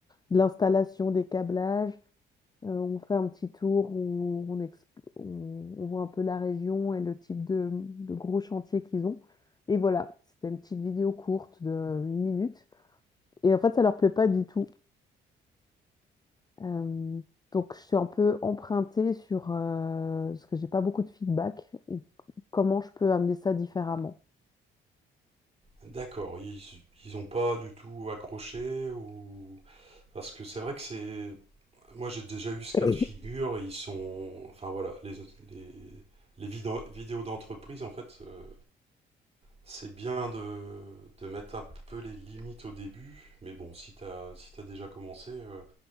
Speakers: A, on the left (about 20°); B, on the right (about 30°).
A: de l'installation des câblages. Euh, on fait un petit tour où on, exp- on- on voit un peu la région et le type de, de gros chantiers qu'ils ont. Et voilà, c'était une petite vidéo courte de une minute. Et en fait, ça leur plaît pas du tout. Euh, donc, je suis un peu empruntée sur euh, parce que j'ai pas beaucoup de feedback et comment je peux amener ça différemment.
B: D'accord, ils, ils ont pas du tout accroché ou... Parce que c'est vrai que c'est... Moi j'ai déjà eu ce
A: <coughs>
B: cas de figure, ils sont... Enfin voilà, les, les, les vidéos vidéos d'entreprise, en fait, euh, c'est bien de, de mettre un peu les limites au début, mais bon, si t'as si t'as déjà commencé... euh,